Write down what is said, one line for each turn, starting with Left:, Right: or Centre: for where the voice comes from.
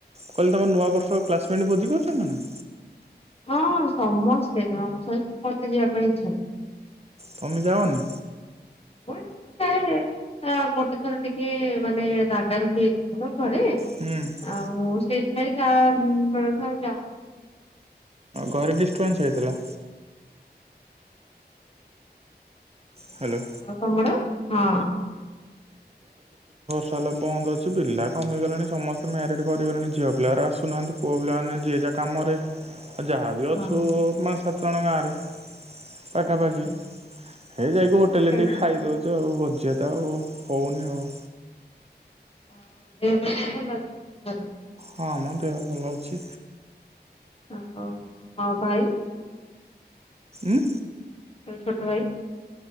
Right: କହିଲେ ତମ ନୂଆବର୍ଷ କ୍ଲାସମେଟ୍ ଭୋଜି କରୁଛନ୍ତି ନାଁ
Left: ହଁ ସମସ୍ତେ ଜଛନ୍ତି ମତେ ଯିବା ପାଇଁ ଇଚ୍ଛା ନାହିଁ।
Right: ତମେ ଯାଅନି
Left: ମୁଁ ଏତି ଗୋଟେ ଥର ଟିକେ ମାନେ ରାାଗ ରୋଗୀ ହେଇଥିଲା ତ ଘରେ
Right: ହୁଁ
Left: ଆଉ ମୁଁ ସେଇ ମ କ ବଡ଼ ଚା
Right: ଘରେ ଡିଷ୍ଟର୍ବାନ୍ସ ହେଇଥିଲା। ହ୍ୟାଲୋ।
Left: ହଁ କମଡ଼ ହଁ
Right: ସଲ ବନ୍ଦ ଅଛି, ପିଲା କମିଗଲେଣି ସମସ୍ତେ ମ୍ୟାରେଡ କରିଗଲେଣି, ଝିଅ ପିଲାର ଆସୁନାହାନ୍ତି, ପୁଅ ପିଲାମାନେ ଯିଏ ଯା କାମରେ। ଯାହା ବିି
Left: ହଁ
Right: ଅଛୁ, ପାଞ୍ଚ ସାତ୍ ତଣ ଗାଁ ରେ ପାଖାପାଖି
Left: ହୁଁ।
Right: ହେ ଯାଇକି
Left: ନା
Right: ହୋଟେଲରେ ଟିକେ ଖାଇଦଉଛୁ ଆଉ ବ ଜେଟା ଆଉ ହଉନି ଆଉ।
Left: ଆଉ ଦେହ ଫେହ ସବୁ ଭଲ ଅଛି ଘରେ।
Right: ହଁ, ମ ଦେହ ଭଲ ଅଛି।
Left: ହଁ ଆଉ ତମ ଭାଇ
Right: ଉଁ
Left: ତୋ ଛୋଟ ଭାଇ